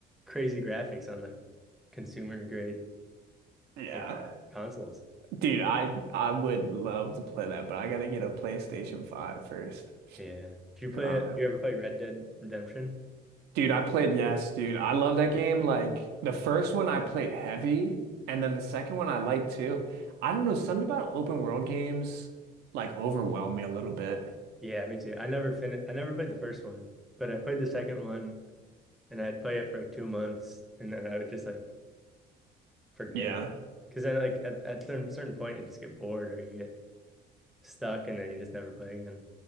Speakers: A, in the centre; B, on the right.
A: crazy graphics on like consumer grade
B: yeah.
A: like consoles.
B: Dude, I I would love to play that, but I gotta get a PlayStation Five first
A: Yeah. Did you play
B: because I
A: it?
B: don't
A: Did
B: have
A: you ever play Red Dead Redemption?
B: Dude, I played Yes, dude. I love that game. Like the first one I played heavy, and then the second one I liked too. I don't know, something about open world games like overwhelm me a little bit.
A: Yeah, me too. I never finished. I never played the first one, but I played the second one and I'd play it for like two months and then I would just like forget
B: Yeah.
A: about it. Because then like at, at some certain point you just get bored or you get stuck and then you just never play again.